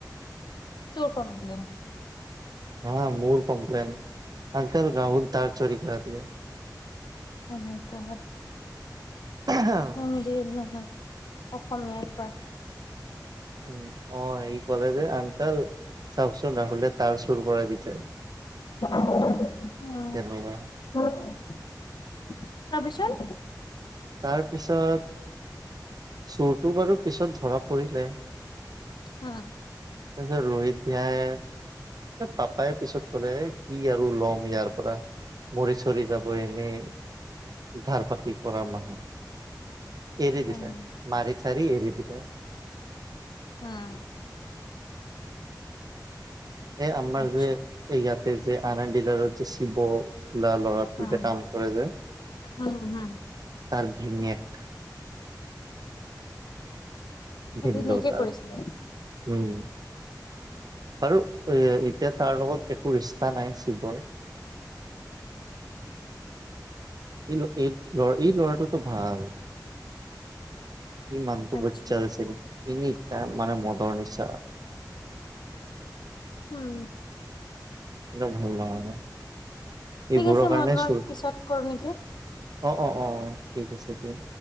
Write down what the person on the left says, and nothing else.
তোৰ কমপ্লেন।
অ, মাই গড।
মিৰিৰ নহয় অসমীয়াৰ পা।
<unintelligible>
অ, <unintelligible> তাপিছত?
হা।
উম
হা
আচ্ছা
উম
উম উম
ধুনীয়াকে
কৰিছিলে
আচ্ছা
হম,
ঠিক
আছে
মই তোমাক
পিছত কৰো নেকি?